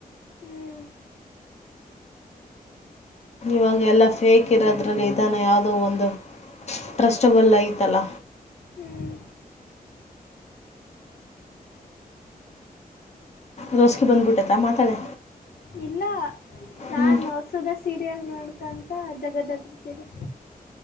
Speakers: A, on the left; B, on the left.
A: ಹ್ಮ್
B: ಇವಾಗ ಎಲ್ಲ ಫೇಕ್ ಇರೋದ್ರಲ್ಲಿ ಇದಾನ ಯಾವುದೋ ಒಂದು ಟ್ರಸ್ಟಬಲ್ ಐತಲ್ಲ
A: ಹ್ಮ್
B: ರೋಸ್ ಗೆ ಬಂದು ಬುಟ್ಟತಾ ಮಾತಾಡೆ
A: ಇಲ್ಲ ನಾನ್
B: ಹ್ಞೂ
A: ಹೊಸದ ಸೀರಿಯಲ್ ನೋಡ್ಕಂತ ಜಗದ್ದತ್ರಿ ಸೀರಿಯಲ್